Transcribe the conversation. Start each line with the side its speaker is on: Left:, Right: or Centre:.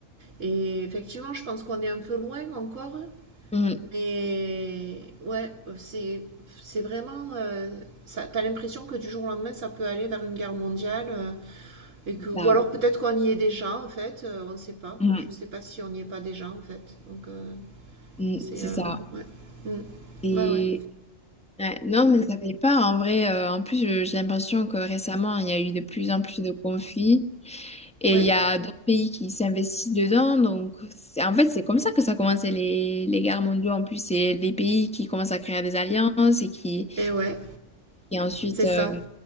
Right: Et effectivement, je pense qu'on est un peu loin encore.
Centre: Mm,
Right: Mais ouais, c'est, c'est vraiment. euh, ça, t'as l'impression que du jour au lendemain, ça peut aller vers une guerre mondiale. euh, et que,
Centre: c'est
Right: ou
Centre: ça.
Right: alors peut-être qu'on y est déjà, en fait. euh, on ne sait pas.
Centre: Mm,
Right: Je ne sais pas si on n'y est pas déjà, en fait. Donc. euh,
Centre: mm,
Right: c'est.
Centre: c'est
Right: euh,
Centre: ça.
Right: ouais. Mm.
Centre: Et
Right: Ouais, ouais.
Centre: ouais, non, mais ça fait pas en vrai. euh, en plus, je- j'ai l'impression que récemment, il y a eu de plus en plus de conflits. Et
Right: Ouais.
Centre: il y a d'autres pays qui s'investissent dedans. Donc, c'est- en fait, c'est comme ça que ça commence les, les guerres mondiales. En plus, c'est les pays qui commencent à créer des alliances et qui,
Right: Et ouais,
Centre: et ensuite.
Right: c'est
Centre: euh,
Right: ça,